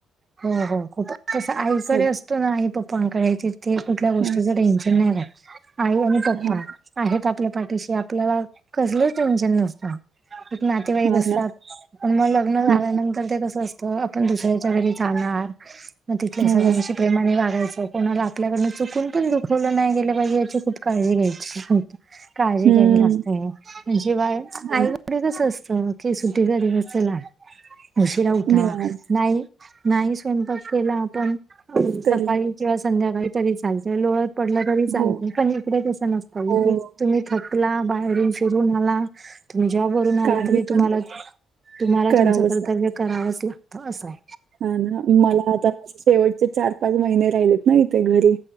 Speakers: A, on the right; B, on the right.
A: हो हो खूप तसं आईकडे
B: सग
A: असतो ना आई पप्पांकडे ति थे कुठल्या गोष्टीचं
B: हां,
A: टेन्शन नाही राहत आई आणि पप्पा
B: हां,
A: आहेत आपल्या पाठीशी आपल्याला कसलंच टेन्शन नसतं एक नातेवाईक
B: हां
A: असतात.
B: ना.
A: पण म लग्न झाल्यानंतर
B: हं,
A: ते कसं असतं आपण दुसऱ्याच्या घरी जाणार म तिथल्या
B: हो.
A: सगळ्यांशी प्रेमाणे वागायचं कोणाला आपल्याकडनं चुकून पण दुखवलं नाय गेलं पाहिजे याची खूप काळजी घ्यायची. काळजी
B: हं.
A: घ्यावी लागते पण जेव्हा
B: हां
A: आईकडे
B: ना.
A: कस असतं की सु ट्टीचा दिवस चला उशिरा उठा,
B: निवांत
A: नाही नाही स्वयंपाक केला आपण
B: तरी.
A: सकाळी किंवा संध्याकाळी तरी चालत. लोळत पडलं तरी चालते.
B: हो,
A: पण इकडे तसं नसतं
B: हो.
A: इथे तुम्ही थकला, बाहेरून फिरून आला तुम्ही जॉबवरून आला
B: काही
A: तरी
B: पण
A: तुम्हाला
B: होऊ दे.
A: तुम्हाला
B: करावंच
A: तुमचं कर्तव्य
B: लागतं.
A: करावंच लागतं असंय.
B: हा ना मला आता शेवटचे चार पाच महिने राहिलेत ना इथे घरी